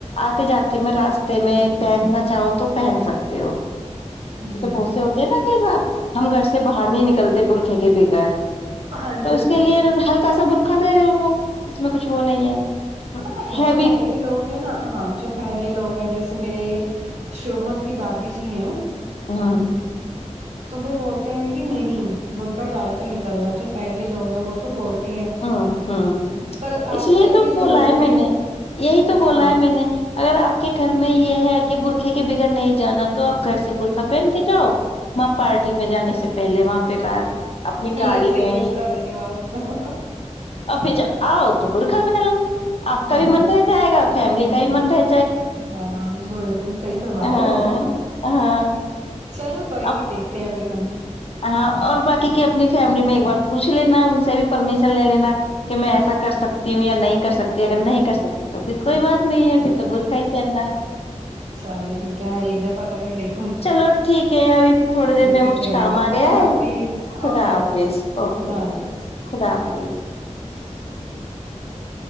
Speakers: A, on the left; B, on the right.
A: آتے جاتی میں راستے میں پہننا چاہو تو پہن سکتے ہو
B: جی
A: ایسے
B: جی
A: بہت سے ہوتے ہیں نا کہا ہم گھر سے باہر نہیں نکلتے تے برخے کے بگا
B: ہاں
A: تو
B: جی
A: اس
B: ہاں
A: کے لیے
B: جی
A: ہلکا سا بر رکھا دوں اس میں کچھ وہ نہیں ہے
B: پتا کیا
A: ہے
B: جو
A: بھی
B: پہرے لوگ ہیں نا ہاں جو پہرے لوگ جیسے میرے شوہر کی دادی جی ہیں
A: ہاں
B: تو وہ بولتے ہیں کہ نہیں برک ڈال کر نکلنا جو پہلے لوگ ہیں وہ تو بولتے ہیں
A: ہ ہاں
B: پر
A: اس
B: آج
A: لیے
B: کل
A: تو
B: کے جو
A: بولا
B: لوگ
A: ہے میں
B: ہیں
A: نے یہی تو بولا
B: ہاں
A: ہے میں نے اگر آپ کے گھر میں یہ ہے کہ برقے کے بگڑ نہیں جانا تو آپ گھر سے برخہ پہن کے جاؤ وہاں پارٹی میں جانے سے پہلے وہاں پہ اپنی گاڑی
B: یہ صحی
A: میں
B: مشورہ دے رہے ہو آپ
A: افج آؤ تو پرخا پہل آپ کا
B: ہاں
A: بھی من رہ جائے گا فیملی کائی مند ہے
B: ہاں بالکل بالکل صحیح فرما
A: ہاں
B: رہے ہو
A: ہاں
B: چلو کوئی نہیں
A: اب
B: دیکھتے ہیں پھر ہم
A: ہاں اور بقی کیا اپنی فیملی میں ایک بار پوھ لینا ان سے بھی پرمیش لے لینا کہ میں ایسا کر سکتی ہوں یا نہیں کر سکتی اگر نہیں کر سکتی تو پھر کوئی بات نہیں ہے پھر تو برقع ہی پہننا ہے
B: چلو ٹھیک ہے ایک د ف کر کے دیک
A: چلو ٹھیک ہے ابھی تھوڑی دیر میں
B: ٹھیک
A: وہ کچھ
B: ہے
A: کام آ
B: خدا
A: گیا ہے
B: حافظ
A: خدا
B: اوکے
A: حافظ
B: اوکے
A: اوکے
B: خدا حافظ
A: خدا حافظ
B: <unintelligible>